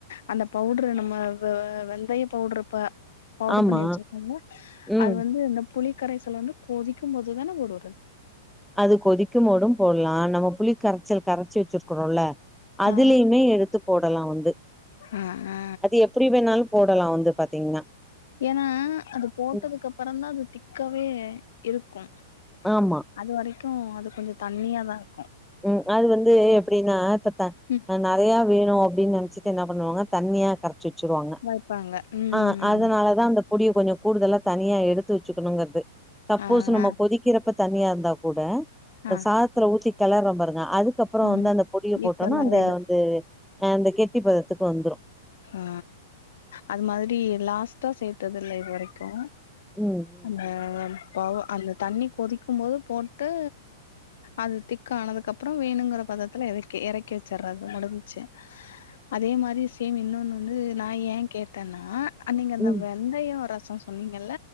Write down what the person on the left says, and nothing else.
அந்த பவுடரு நம்ம வெ வெந்தய பவுடரு இப்ப பவுடர்
பண்ணி வச்சிருக்கோமில்ல
அது வந்து இந்த புளிக்கரைசலை வந்து கொதிக்கும் போதுதானே போடுவுறது
ஆ
ஆ ஆ
ஏன்னா அது போட்டதுக்கு
அப்புறந்தா அது திக்கவே இருக்கும்
அது வரைக்கு அது கொஞ்சோ தண்ணிய தா இருக்கு
ம்
வைப்பாங்க ம்
ஆ
ஆ
ஆ
ஆமா
ஈக்குவல்
ஆயிடும்
ஆ அது மாதிரி லாஸ்டா சேத்தது இல்ல இது வரைக்கு
அந்த
பவோ அந்த தண்ணி கொதிக்கும்போது போட்டு அது திக்க ஆனதுக்கு அப்புறோ வேணுங்கிற பதத்துல எறக்க எறக்கி வச்சடறது முடிஞ்ச்சு அதே மாரி சேம் இன்னொன்னு வந்து நா ஏ கேட்டேன்னா நீங்க அந்த
வெந்தய ரசோ சொன்னீங்கல்ல